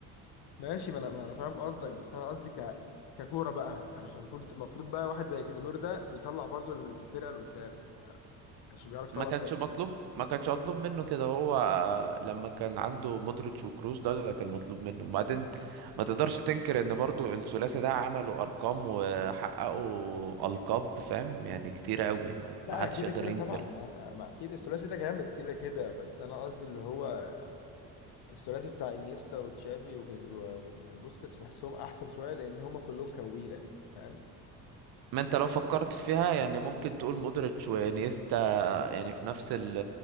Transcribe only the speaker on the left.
ماشي ما انا ما انا فاهم قصدك بس انا قصدي ك ككورة بقى يعني عشان المفروض المفروض بقى واحد زي كازيميرو ده بيطلع برضو الفرقة اللي قدام ما كانش بيعرف يطلع
فرقة
لا
كده
كده
طبعا ما ما اكيد الثلاثي ده جامد كده كده بس انا قصدي اللي هو الثلاثي بتاع انيستا وتشافي وك- و- وبوسكيتس بحسهم احسن شويه لان هما كلهم كويره فاهم